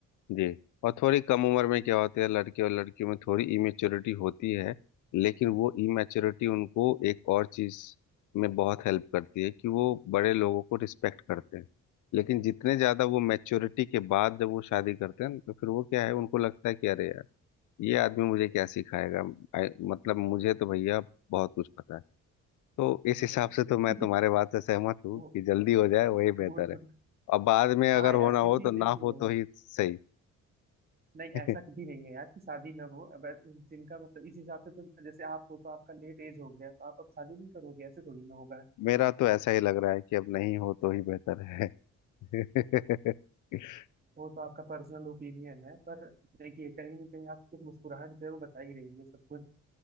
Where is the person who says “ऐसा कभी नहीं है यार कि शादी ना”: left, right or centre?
Right